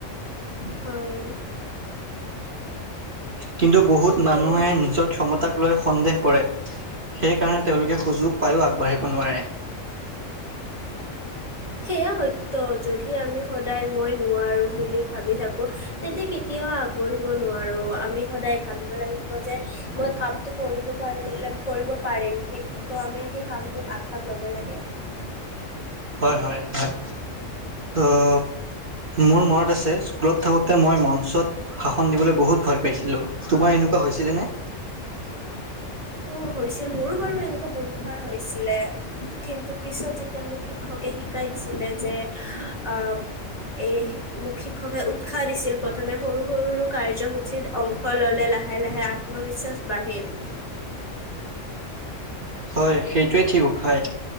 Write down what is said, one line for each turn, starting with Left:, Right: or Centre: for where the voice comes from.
Left: হয়।
Right: কিন্তু বহুত মানুহে
Left: কি
Right: নিজৰ ক্ষমতাক লৈ সন্দেহ কৰে সেইকাৰণে তেওঁলোকে সুযোগ পায়ো আগবাঢ়িব নোৱাৰে।
Left: সেয়া সত্য যদি আমি সদায় মই নোৱাৰো বুলি ভাবি থাকো তেন্তে তয়ও কি্য়আগবাঢ়িব নোৱাৰোঁ আমি সদায় ভাবিব লাগিব যে মই কামতটো কৰিব পাৰিলে কৰিব পাৰিম সেই, তোমালোকে' সেই কামটোত আগভাগ লবই লাগে।
Right: হয়, হয়, হয়। অ' মোৰ মনত আছে, স্কুলত থাকোঁতে মই মঞ্চত ভাষণ দিবলৈ বহুত ভয় পাইছিলোঁ। তোমাৰ এনেকুৱা হৈছিলেনে?
Left: অ' হৈছিল, মোৰো বাৰু এনেকুৱা বহুত হৈছিলে। কিন্তু পিছত যেতিয়া মোক শিক্ষকে শিকাই দিছিলে যে আ এই মোক শিক্ষকে উৎসাহ দিছিল, প্ৰথমে সৰু সৰু কাৰ্যসূচীত অংশ ল'লে লাহে লাহে আত্মবিশ্বাচ বাঢ়িল।
Right: হয়, সেইটোৱে ঠিক উখাই।